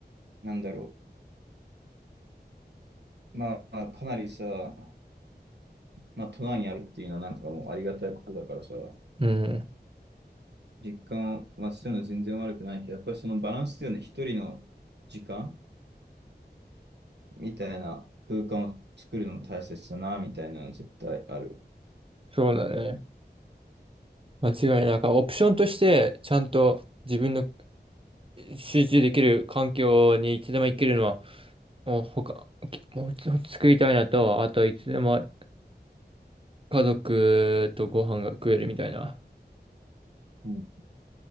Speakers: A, on the right; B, on the right.
A: なんだろう。まあ、かなりさ、まあ、都内にあるっていうのはなんかもうありがたいことだからさ、
B: うん、
A: 実家をまあ、するのは全然悪くないけど、やっぱりそのバランスだよね。一人の時間みたいな空間を作るのも大切だな、みたいなの絶対ある。
B: そうだね。間違いない。からオプションとして、ちゃんと自分の集中できる環境にいつでも行けるのは、もう他、きもうちょっと作りたいなと、あといつでも家族とご飯が食えるみたいな、
A: うん。